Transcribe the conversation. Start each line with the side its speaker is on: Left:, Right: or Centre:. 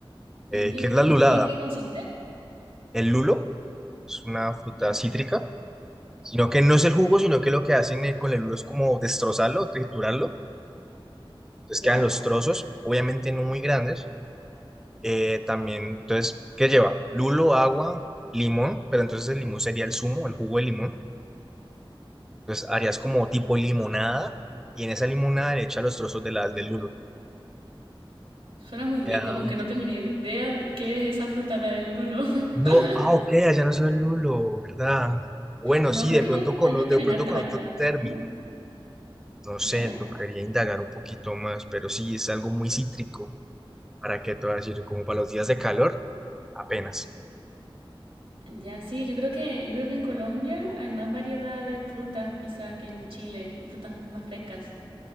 Right: ¿Y
Centre: Eh,
Right: qué,
Centre: ¿qué es
Right: de
Centre: la lulada?
Right: qué, qué consiste?
Centre: El lulo es una fruta
Right: ¿Ya?
Centre: cítrica, sino que no es el jugo, sino que lo que hacen eh, con el lulo es como destrozarlo, triturarlo, entonces
Right: ¿Ya?
Centre: quedan los trozos, obviamente no muy grandes. Eh, también, entonces, ¿qué lleva? Lulo, agua, limón, pero entonces el limón sería el zumo, el jugo de limón. Entonces harías como tipo limonada y en esa limonada le echas los trozos de la, del lulo.
Right: Suena muy rico,
Centre: Ya.
Right: aunque no tengo ni idea de qué es esa fruta, la del lulo. <laughs>
Centre: No, ah, ok, allá no soy lulo, ¿verdad? Bueno,
Right: No,
Centre: sí,
Right: creo
Centre: de
Right: que
Centre: pronto
Right: ya,
Centre: con,
Right: allá
Centre: o- de
Right: tienen
Centre: pronto
Right: harta
Centre: con
Right: variedad.
Centre: otro término.
Right: ¿Mm?
Centre: No sé,
Right: ¿Ya?
Centre: tocaría indagar un poquito más, pero sí, es algo muy cítrico. ¿Para qué te voy a decir? Como para los días de calor, apenas.
Right: Ya, sí, yo creo que, yo creo que en Colombia hay más variedad de frutas quizás que en Chile y frutas más frescas.